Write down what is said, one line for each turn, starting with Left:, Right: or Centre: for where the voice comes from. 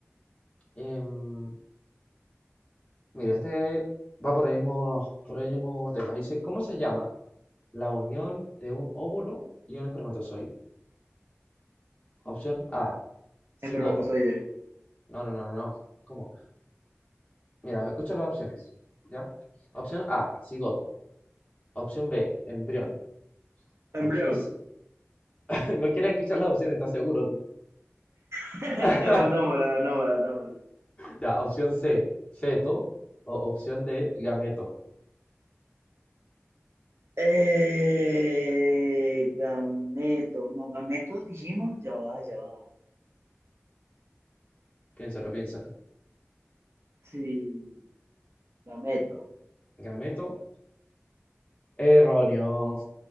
Left: Em, mira, este va por el mismo, por el mismo tema. Dice, ¿cómo se llama la unión de un óvulo y un espermatozoide? Opción A, cigoto.
Right: Espermatozoide.
Left: No, no, no, no, no. ¿Cómo? Mira, escucha las opciones. ¿Ya? Opción A, cigoto. Opción B, embrión.
Right: Embrión.
Left: Opción C... <laughs> No quieres escuchar las opciones, ¿estás seguro tú?
Right: <laughs>
Left: <laughs>
Right: Nómbrala, nómbrala, nómbrala.
Left: Ya, opción C, feto. O opción D, gameto.
Right: Eh, gameto. No, gameto dijimos, ya va, ya va.
Left: Piénsalo, piénsalo.
Right: Sí, gameto.
Left: Gameto. Erróneo.